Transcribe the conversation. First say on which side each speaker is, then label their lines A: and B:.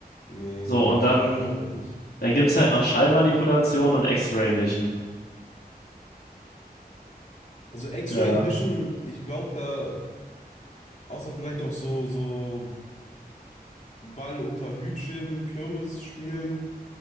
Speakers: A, on the left; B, on the left.
A: Nee,
B: So,
A: eigentlich
B: und dann,
A: <laughs> überhaupt nicht.
B: dann gibt es halt noch Schallmanipulation und X-Ray Vision.
A: Also X-Ray
B: Ja.
A: Vision, ich glaube, da. Außer vielleicht auch so, so Ball unter Hütchen, Kirmes spielen,